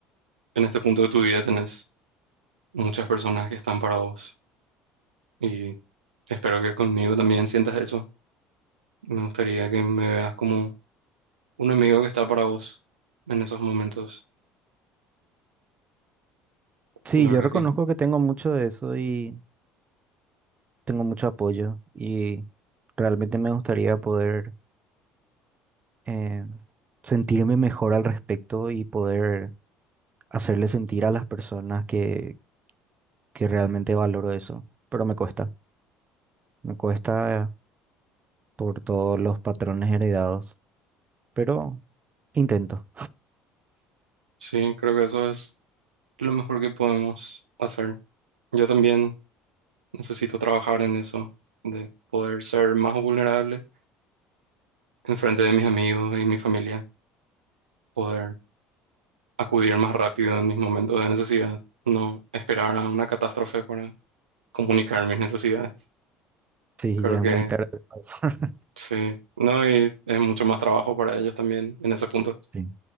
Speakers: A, on the right; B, on the right.
A: en este punto de tu vida tenés muchas personas que están para vos. y Espero que conmigo también sientas eso. Me gustaría que me veas como un amigo que está para vos en esos momentos.
B: sí,
A: La
B: yo
A: verdad
B: reconozco
A: que
B: que tengo mucho de eso y tengo mucho apoyo y realmente me gustaría poder eh, sentirme mejor al respecto y poder hacerle sentir a las personas que, que realmente valoro eso, pero me cuesta, me cuesta. por todos los patrones heredados, pero intento.
A: sí, creo que eso es lo mejor que podemos hacer. Yo también necesito trabajar en eso, de poder ser más vulnerable en frente de mis amigos y mi familia, poder acudir más rápido en mis momentos de necesidad, no esperar a una catástrofe para comunicar mis necesidades.
B: Sí,
A: Creo
B: ya
A: que
B: es muy tarde. para eso. <laughs>
A: sí, no, y es mucho más trabajo para ellos también en ese punto.
B: Sí,